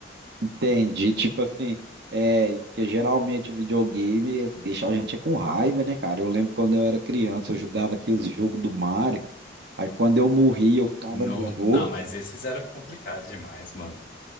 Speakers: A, on the right (about 60°); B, on the left (about 50°).
A: Entendi. Tipo assim, é, porque geralmente o videogame deixa a gente com raiva, né, cara? Eu lembro quando eu era criança, eu jogava aqueles jogos do Mario, aí quando eu morria, eu ficava
B: Não,
A: nervoso.
B: não, mas esses eram complicados demais, mano.